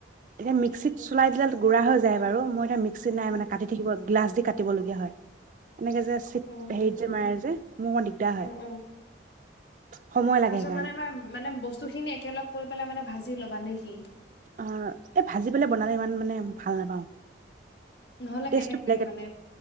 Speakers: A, on the right; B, on the left.
A: এতিয়া মিক্সিত চলাই দিলে গু়ৰা হৈ যায় বাৰু মই এ মি মিক নাই
B: উম,
A: মানে কাটি থাকিব গ্লাছ দি কাটিবলগীয়া হয় এনেকে যে
B: উম,
A: হেৰিত যে মাৰে যে মোৰ অকমান দিগদাৰ হয়
B: অ', অ', অ',
A: সময় লাগে
B: তাৰপিছত
A: সেইকাৰণে
B: মানে আমাৰ মানে বস্তু খিনি একেলগ কৰি পেলাই মানে ভাজি জি ল'বা নেকি
A: অ এ ভাজি পেললে বনাম ইমান মানে ভাল নাপাওঁ
B: নহলে
A: টেষ্টটো
B: কেনেকৈে
A: বেলেগ
B: মানে